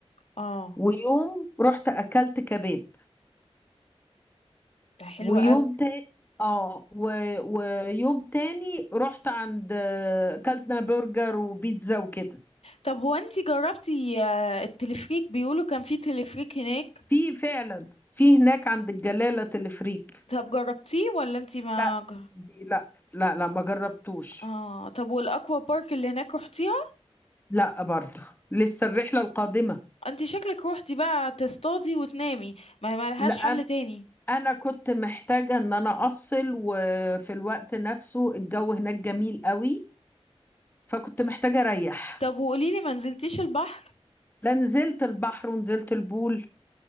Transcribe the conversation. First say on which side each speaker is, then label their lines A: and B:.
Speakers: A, on the left; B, on the left.
A: اه
B: ويوم رحت اكلت كباب
A: ده حلو
B: ويوم
A: قوي
B: تاني اه و... ويوم تاني رحت عند آه، اكلتنا برجر وبيتزا وكده
A: طب هو انتي جربتي آه، التلفريك بيقولوا كان في تلفريك هناك
B: في فعلا في هناك عند الجلالة تلفريك
A: طب جربتيه ولا انتي ما
B: لا
A: ج-
B: دي لا لا لا ما جربتوش
A: اه طب والاكوا بارك اللي هناك روحتيها
B: لا برضه لسه الرحلة القادمة
A: انتي شكلك روحتي بقى تصطادي وتنامي ما هي ملهاش
B: لا
A: حل تاني
B: انا كنت محتاجة ان انا افصل وفي الوقت نفسه الجو هناك جميل قوي فكنت محتاجة اريح
A: طب وقوليلي ما نزلتيش البحر
B: لا نزلت البحر ونزلت البول